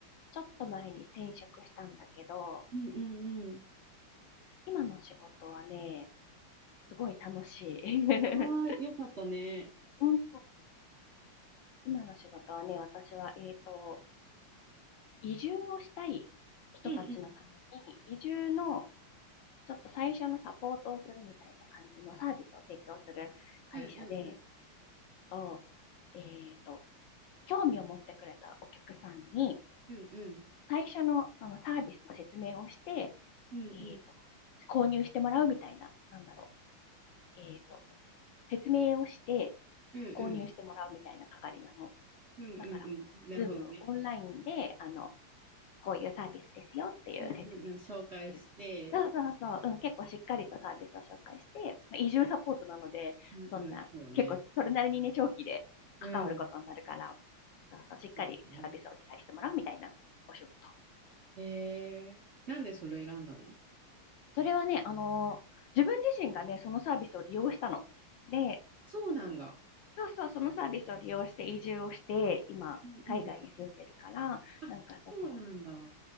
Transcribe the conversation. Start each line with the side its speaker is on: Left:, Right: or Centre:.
Left: ちょっと前に転職したんだけど、
Right: うんうんうん。
Left: 今の仕事はね、すごい楽しい。<laughs>
Right: ああ、よかったね。
Left: うん今の仕事はね、私は、えっと、移住をしたい人たちのために、
Right: うんうん。
Left: 移住のちょっと最初のサポートをするみたいな感じのサービスを提供する会社で、
Right: うんうんうん。
Left: と、えっと、興味を持ってくれたお客さんに、
Right: うんうん。
Left: 最初の、あのサービスの説明をして、
Right: うんうん。
Left: えっと、購入してもらうみたいな、なんだろう、えっと、説明をして
Right: うんうん
Left: 購入してもらうみたいな係なの。
Right: うん。うんなるほどね。
Left: だからこう、ズームオンラインで、あの、こういうサービスですよっていう説明
Right: うんうんうん。紹介して、
Left: する。そうそうそう、うん、結構しっかりとサービスを紹介して、まあ、移住サポートなので、
Right: うんうん、
Left: そんな、
Right: そうね。
Left: 結構それなりにね、長期で関わることになるから、
Right: うん。
Left: そうそう、しっかりサービスを理解してもらうみたいなお仕事。
Right: そうだね。えー、なんでそれ選んだの
Left: それはね、あのー自分自身がね、そのサービスを利用したの。で、
Right: そうなんだ。
Left: そうそう、そのサービスを利用して移住をして、今、
Right: うんうん。
Left: 海外に住んでるから、
Right: あ、
Left: なんかその、
Right: そうなんだ。